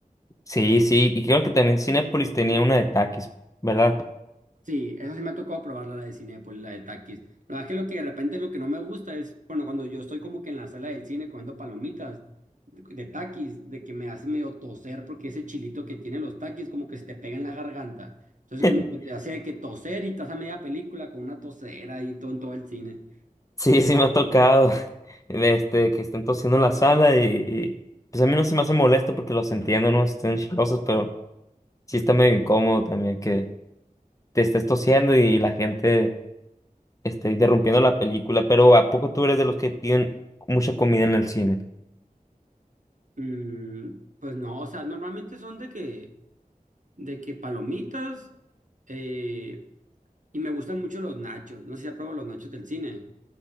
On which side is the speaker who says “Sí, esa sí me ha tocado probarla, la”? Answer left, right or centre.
Right